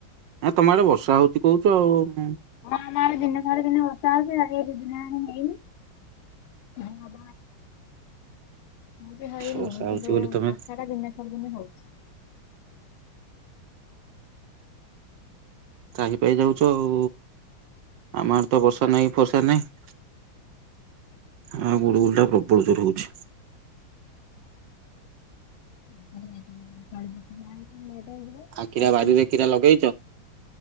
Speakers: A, on the right; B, on the left.
A: ଏ ତମ ଆଡ଼େ ବର୍ଷା ହଉଛି କହୁଛ ଆଉ।
B: ହଁ ଆମ ଆଡେ ଦିନେ ଛାଡି ଦିନେ ବର୍ଷା ହଉଚି। ଆଜି ଏ ଦି ଦିନ ହେଲାଣୀ ହେଇନି। ହଁ <unintelligible> ଏବେ ହେଇନି,
A: ବର୍ଷା ହଉଚି
B: କିନ୍ତୁ
A: ବୋଲି ତମେ
B: ବର୍ଷାଟା ଦିନେ ଛାଡି ଦିନେ ହଉଛି।
A: ତ୍ରାହି ପାଇ ଯାଉଛ ଆଉ। ଆମ ଆଡେ ତ ବର୍ଷା ନାହିଁ କି ଫର୍ଷା ନାହିଁ। ଆଉ ଗୁଳୁ ଗୁଳୁ ଟା ପ୍ରବଳ ଜୋରେ ହଉଛି।
B: <unintelligible> ତଳି ପକେଇଲାବେଳୁ ତ ଲେଟ୍ ହେଇଯିବ।
A: ଆଉ କିରା
B: ବର୍ଷା
A: ବାରିରେ
B: ନାହିଁ
A: କିରା ଲଗେଇଛ?